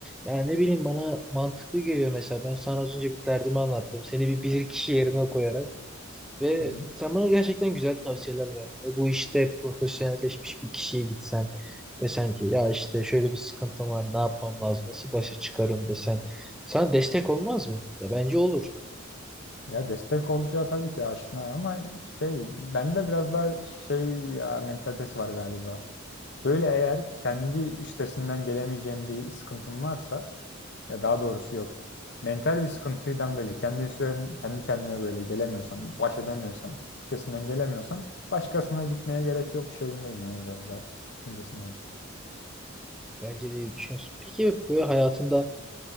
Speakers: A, in the centre; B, on the left (about 55°).
A: Yani ne bileyim bana mantıklı geliyor mesela. Ben sana az önce bir derdimi anlattım. Seni bir bilir kişi yerine koyarak ve
B: Hı hı.
A: sen bana gerçekten güzel tavsiyeler verdin. Ve bu işte profesyonelleşmiş bir kişiye gitsen desen ki ya işte şöyle bir sıkıntım var ne yapmam lazım nasıl başa çıkarım desen sana destek olmaz mı? Ya bence olur.
B: Ya destek olacağı tabii ki aşina ama şey bende biraz daha şey ya, mentalitesi var galiba. Böyle eğer kendi üstesinden gelemeyeceğim bir sıkıntım varsa Ya daha doğrusu yok. Mental bir sıkıntıdan böyle kendi üstlerim, kendi kendime böyle gelemiyorsam, baş edemiyorsam, üstesinden gelemiyorsam başkasına gitmeye gerek yok şeyindeyim yani biraz daha düşüncesindeyim.
A: Bence de iyi düşünüyorsun. Peki böyle hayatında